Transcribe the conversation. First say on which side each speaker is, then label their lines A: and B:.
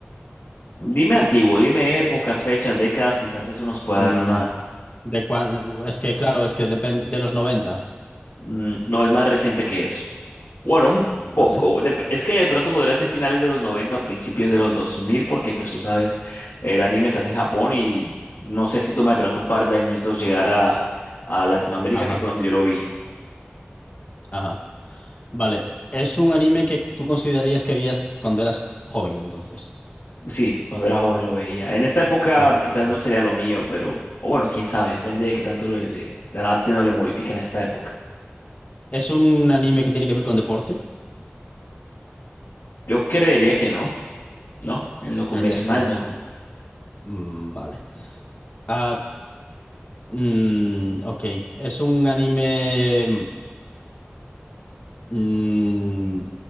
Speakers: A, on the left; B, on the left.
A: Dime antiguo, dime épocas, fechas, décadas, quizás eso nos pueda dar
B: Mm,
A: una,
B: de cua- es que, claro, es que depende de los noventa,
A: mm, no es más reciente que eso. Bueno, un
B: Vale.
A: poco. De- es que de pronto podría ser finales de los 90 a principios de los 2000 porque pues tú sabes, el anime se hace en Japón y no sé si toma de pronto un par de añitos llegar a, a Latinoamérica,
B: Ajá,
A: que fue donde yo lo vi.
B: ajá. Vale. Es un anime que tú considerarías que veías cuando eras joven, entonces.
A: Sí, cuando era joven lo veía. En esta época
B: Ok.
A: quizás no sería lo mío, pero o bueno, quién sabe, depende de qué tanto le, le- le adapten o le modifiquen a esta época.
B: ¿Es un anime que tiene que ver con deporte?
A: Yo creería que no, ¿no? En lo convencional
B: Creerías que no.
A: no.
B: Mm, vale. Ah, mm, ok. ¿Es un anime. Mm,